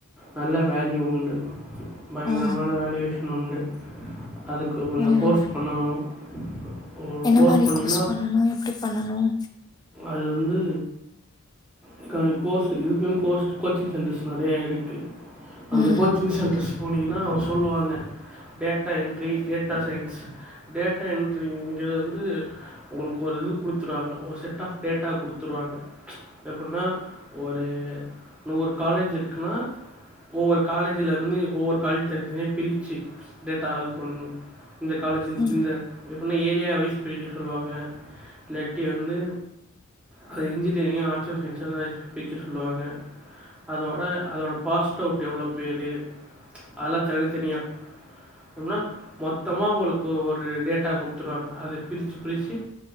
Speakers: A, in the centre; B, on the left.
A: நல்ல வேல்யூ உண்டு பயங்கரமான
B: ஆ
A: வேல்யுவேஷன் உண்டு அதுக்கு கொஞ்சம்
B: ம்
A: கோர்ஸ் பண்ணணும் ஒரு
B: என்ன மாரி
A: பண்ணிங்கன்னா
B: கோர்ஸ் பண்ணணும் எப்டி பண்ணணும்
A: அது வந்து எகா கோர்ஸ் இதுக்கு கோஸ்ட் கோச்சிங் சென்டர்ஸ் நெறைய இருக்கு அந்த
B: ம்
A: கோச்சிங் சென்டர்ஸ் போனீங்கன்னா வஸ் சொல்லுவாங்க டேட்டா என்ட்ரி டேட் டேட்டா சயின்ஸ் டேட்டா என்ட்ரிங்கிறது உங்களுக்கு ஒரு இது கொடுத்துவாங்க ஒரு செட் <unintelligible> குடுத்துடுவாங்க எப்டின்னா ஒரு நூறு காலேஜ் இருக் க்நா ஒவ்வொரு காலேஜிலயிருந்து ஒவ்வொரு காலேஜ தனி தனியே பிரிச்சி டேட்டாவ <inaudible> இந்த காலேஜின்
B: ம்
A: இந்த எப் இன்றும் ஏரியா வைஸ் பிடிக்க சொல்லுவாங்க இல்லாட்டி வந்து அது இன்ஜினியரிங் ஆர்ட் ஆர்ட் அண்ட் சயின்ஸ்னு பிரிக்க சொல்லுவாங்க அதோட அதோடய பாஸ்ட் அவுட் எவ்வளோ பேர் அல்ல தனித்தனியா இல்லனா மொத்தமா அவங்களுக்கு ஒரு டேட்டா கொடுத்துருவாங்க அத பிரிச்சு பிரிச்சு